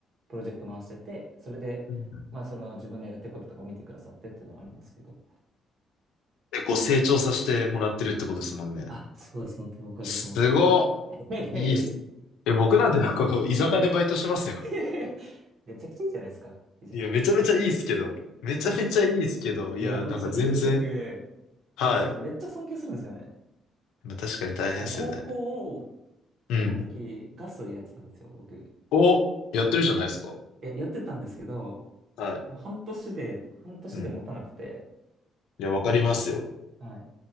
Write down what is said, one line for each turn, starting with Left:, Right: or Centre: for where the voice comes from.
Right: プロジェクト回してて、それで、
Left: うん
Right: まあ、その自分でやってることとかを見てくださってっていうのはありますけど。
Left: で、こう成長させてもらってるってことですもんね。
Right: あ、そうです。本当におかげさまで。
Left: すごっ。
Right: いやいやいやいや。
Left: いいっす。え、僕なんてなんかこう、居酒屋でバイトしてますよ。
Right: いやいやめちゃくちゃいいじゃないですか。居酒屋。
Left: いや、めちゃめちゃいいっすけど。めちゃめちゃいいっすけど。
Right: いや、
Left: いや、
Right: うち飲食
Left: なんか全然。はい。
Right: やってる人めっちゃ尊敬するんですよね。
Left: まあ確かに大変っすよね。
Right: あれ、高校を、高校の時ガスやってたんですよ、
Left: うん。
Right: 僕。い
Left: お、やってるじゃないですか。
Right: や、やってたんですけど、
Left: はい。
Right: もう半年で、半年で持たなくて、
Left: うん。いや、わかりますよ。
Right: はい。